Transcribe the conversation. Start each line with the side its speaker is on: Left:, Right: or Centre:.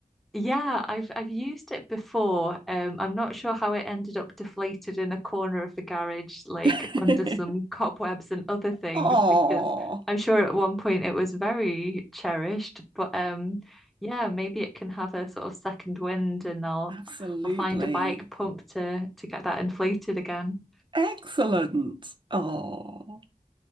Centre: Yeah, I've I've used it before. Um, I'm not sure how it ended up deflated in a corner of the garage, like
Right: <laughs>
Centre: under some cobwebs and other things,
Right: Oh,
Centre: because I'm sure at one point it was very cherished. But um, yeah, maybe it can have a sort of second wind, and I'll
Right: absolutely.
Centre: I'll find a bike pump to to get that inflated again.
Right: Excellent. Oh.